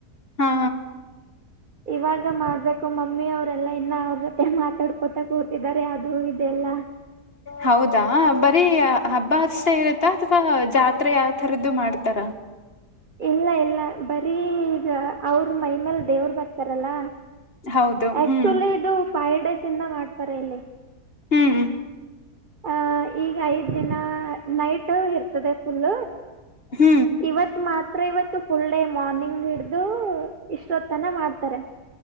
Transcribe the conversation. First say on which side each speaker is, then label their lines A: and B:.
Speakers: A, on the left; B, on the right.
A: ಹಾ.
B: ಇವಾಗ ಮಾಡ್ಬೇಕು ಮಮ್ಮಿ ಅವರೆಲ್ಲಾ ಇನ್ನ ಅವ್ರ ಜೊತೆ ಮಾತಾಡ್ಕೊತ ಕೂತಿದ್ದಾರೆ ಆದು ಇದೆಲ್ಲ
A: ಹೌದಾ ಬರೀ ಹಬ್ಬ ಅಷ್ಟೇ ಇರುತ್ತಾ ಅಥವಾ ಜಾತ್ರೆ ತರದ್ದು ಮಾಡ್ತಾರಾ?
B: ಇಲ್ಲ ಇಲ್ಲ ಬರೀ ಈಗ ಅವ್ರ ಮೈಮೇಲ್ ದೇವರು ಬರ್ತಾರಲ್ಲ.
A: ಹೌದು
B: ಆಕ್ಚುಲಿ
A: ಹ್ಮ್
B: ಇದು ಫೈವ್ ಡೇಸ್ ಇಂದ ಮಾಡ್ತಾರೆ ಇಲ್ಲಿ.
A: ಹ್ಮ.
B: ಆಹ ಈಗ ಐದ್ ದಿನ ನೈಟ್ ಇರ್ತದೆ ಫುಲ್
A: ಹ್ಮ್
B: ಇವತ್ ಮಾತ್ರ ಇವತ್ತು ಫುಲ್ ಡೇ ಮಾರ್ನಿಂಗ್ ಹಿಡ್ದು ಇಷ್ಟೊತ್ತ ತನ ಮಾಡ್ತಾರೆ